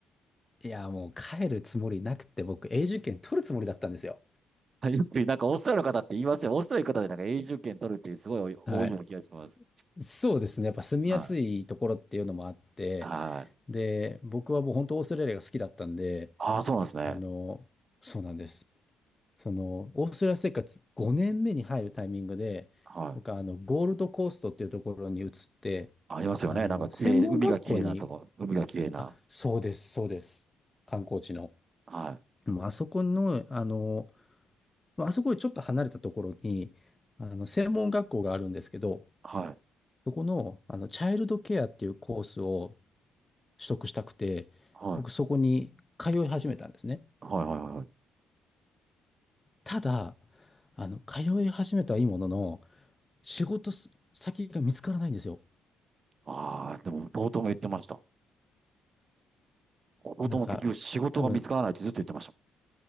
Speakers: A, on the left; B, on the right.
A: いや、もう帰るつもりなくて、僕、永住権取るつもりだったんですよ。
B: はい <laughs> よく、なんか、オーストラリアの方って言いますよ。オーストラリアの方で、なんか、永住権取るっていう、すごい多いような気がします。
A: はい。そうですね。やっぱ住みやすいところっていうのもあって、
B: はい。はい。
A: で、僕はもう本当オーストラリアが好きだったんで、
B: ああ、そうなんですね。
A: あの、そうなんです。その、オーストラリア生活5年目に入るタイミングで、
B: はい。
A: 僕はあの、ゴールドコーストっていうところに移って、
B: ありますよね。
A: あの、
B: なんか、綺麗、
A: 専門学校に、
B: 海が綺麗なとこ。海が綺麗な。
A: あ、そうです、そうです。観光地の。
B: はい。
A: もうあそこの、あの、まああそこよりちょっと離れたところに、あの、専門学校があるんですけど、
B: はい。
A: そこの、あの、チャイルドケアっていうコースを取得したくて、
B: はい。
A: 僕そこに通い始めたんですね。
B: はい、はい、はい。
A: ただ、あの、通い始めたはいいものの、仕事す先が見つからないんですよ。
B: ああ、でも、冒頭も言ってました。仕事も結局仕事が見つからないってずっと言ってました
A: なんか、多分、